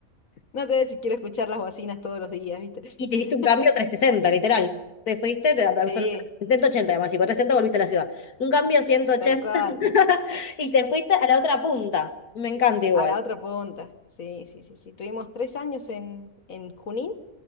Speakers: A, on the left (about 65°); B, on the left (about 90°).
A: No sé si quiero escuchar las bocinas todos los días, ¿viste? <laughs>
B: Y te hiciste un cambio 360 literal. Te fuiste, te absolutamente
A: Sí,
B: 180 además, y por 360 volviste a la ciudad. Un cambio ciento ochenta
A: tal cual.
B: <laughs> y te fuiste a la otra punta. Me encanta igual.
A: A la otra punta. Sí, sí, sí, sí. Tuvimos tres años en, en Junín,